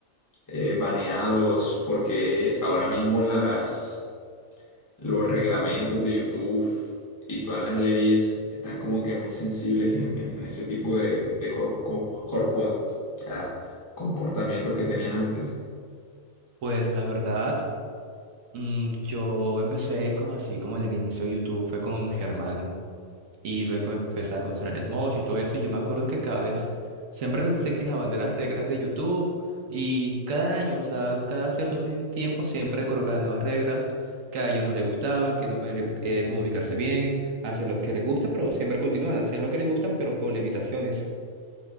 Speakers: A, on the left; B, on the right.
A: eh, baneados, porque ahora mismo las los reglamentos de YouTube y todas las leyes están como que muy sensibles en, en- en ese tipo de, de cor- co- corpo- ah, comportamientos que tenían antes.
B: Pues la verdad, mm, yo empecé como así, como en el inicio de YouTube, fue con Germán y luego empecé a conocer a Smosh y todo eso. Y yo me acuerdo que cada vez siempre se quejaban de las reglas de YouTube y cada año, o sea, cada cierto cien- tiempo siempre colocaban nuevas reglas que a ellos no les gustaban, que no podían eh, eh, comunicarse bien, hacer lo que les gusta, pero siempre continúan, hacían lo que les gustan, pero con limitaciones.